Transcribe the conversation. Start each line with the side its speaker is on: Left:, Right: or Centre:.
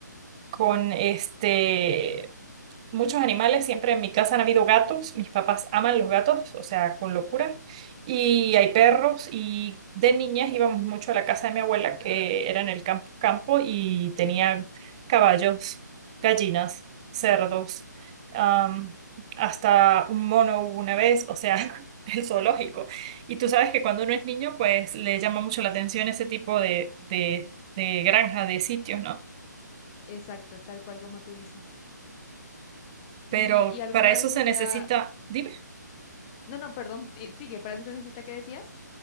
Right: con este muchos animales, siempre en mi casa han habido gatos, mis papás aman los gatos, o sea, con locura, y hay perros, y de niñas íbamos mucho a la casa de mi abuela, que era en el campo, campo y tenía caballos, gallinas, cerdos, am, hasta un mono hubo una vez, o sea, <laughs> el zoológico. Y tú sabes que cuando uno es niño, pues le llama mucho la atención ese tipo de, de, de granja, de sitios, ¿no?
Left: Exacto, tal cual como tú dices.
Right: Pero
Left: Y, y alguna
Right: para eso
Left: vez,
Right: se
Left: o sea,
Right: necesita, dime.
Left: no, no, perdón, eh, sigue, para eso necesita que decías.